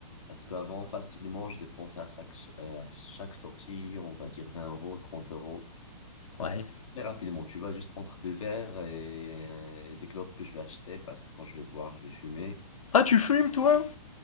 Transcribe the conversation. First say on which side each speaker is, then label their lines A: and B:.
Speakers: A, on the left (about 70°); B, on the left (about 85°).
A: Parce qu'avant, facilement, je dépensais à chaque, ch- euh, à chaque sortie, on va dire 20 euros, 30 euros.
B: Ouais.
A: Très rapidement, tu vois, juste entre deux verres et, euh, et des clopes que je vais acheter parce que quand je vais boire, je vais fumer.
B: Ah, tu fumes, toi?